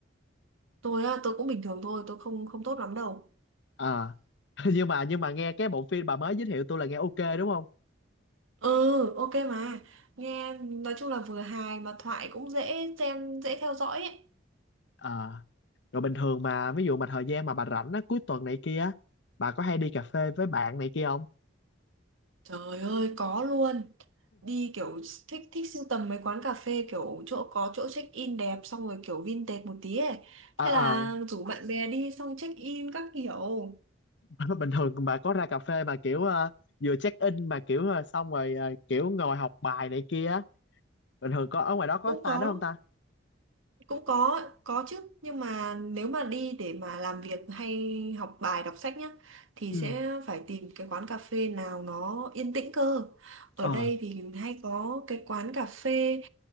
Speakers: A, on the right (about 85°); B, on the left (about 60°).
A: tôi á tôi cũng bình thường thôi tôi không không tốt lắm đâu
B: Ờ. <laughs> nhưng mà nhưng mà nghe cái bộ phim bà mới giới thiệu tôi là nghe ok đúng không
A: ừ ok mà nghe nói chung là vừa hài mà thoại cũng dễ xem dễ theo dõi ấy
B: Ờ. rồi bình thường mà ví dụ mà thời gian mà bà rảnh á cuối tuần này kia á bà có hay đi cà phê với bạn này kia không
A: Trời ơi có luôn Đi kiểu thích thích sưu tầm mấy quán cà phê kiểu chỗ có chỗ check in đẹp xong rồi kiểu vintage một tí ấy.
B: ờ
A: Thế
B: ờ
A: là rủ bạn bè đi xong check in các kiểu
B: <laughs> bình thường bà có ra cà phê mà kiểu ờ, vừa check in mà kiểu ờ, xong rồi ờ, kiểu ngồi học bài này kia á. bình thường có ở ngoài đó có
A: cũng có
B: style đó không ta
A: cũng có có chứ nhưng mà nếu mà đi để mà làm việc hay học bài đọc sách nhá thì
B: ừ
A: sẽ phải tìm cái quán cà phê nào nó yên tĩnh cơ. Ở
B: ờ
A: đây thì hay có cái quán cà phê